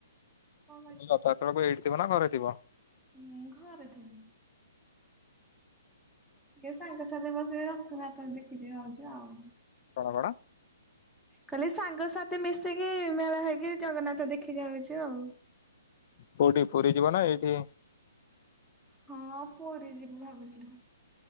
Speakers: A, in the centre; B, on the left.
A: କଣ
B: ମୁଁ କହିଲି ରଥଯାତ୍ରା ବେଳକୁ ଏଇଠି ଥିବ ନା ଘରେ? ଥିବ
A: ମୁଁ ଘରେ ଥିଲି। କେ ସାଙ୍ଗ ସାଥିରେ ବସିକି ରଥଯାତ୍ରା ଦେଖି ଯିବି ଭାବୁଚି ଆଉ।
B: କଣ କଣ?
A: କହିଲି ସାଙ୍ଗସଥି ମିଶିକି ମେଳା ହେଇ କି ଜଗନ୍ନାଥ ଦେଖି ଜାଉଛୁ ଆଉ।
B: କୋଉଠି ପୁରୀ ଯିବ ନା ଏଇଠି
A: ହଁ ପୁରୀ ଯିବୁ ଭାବୁଥିଲୁ